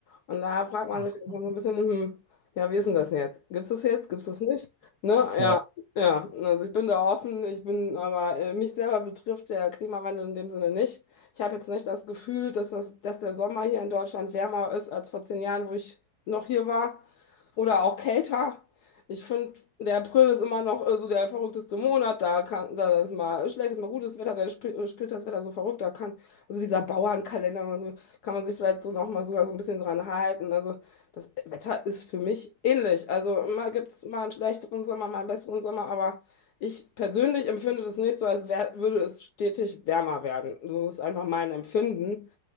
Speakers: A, on the left; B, on the right.
A: Und da fragt man
B: Ach,
A: sich dann
B: Ja.
A: so ein bisschen, hm, ja, wie ist denn das denn jetzt? Gibt's das jetzt? Gibt's das nicht? Ne? Ja,
B: Ja.
A: ja. Also ich bin da offen, ich bin, aber äh, mich selber betrifft der Klimawandel in dem Sinne nicht. Ich habe jetzt nicht das Gefühl, dass das, dass der Sommer hier in Deutschland wärmer ist als vor zehn Jahren, wo ich noch hier war. Oder auch kälter. Ich finde, der April ist immer noch äh, so der verrückteste Monat. Da kann, da ist mal schlechtes, mal gutes Wetter, da spielt, äh, spielt das Wetter so verrückt. Da kann, also dieser Bauernkalender, also kann man sich vielleicht so nochmal sogar so ein bisschen dran halten. Also das Wetter ist für mich ähnlich. Also immer gibt es mal einen schlechteren Sommer, mal einen besseren Sommer, aber ich persönlich empfinde das nicht so, als wär, würde es stetig wärmer werden. So ist einfach mein Empfinden.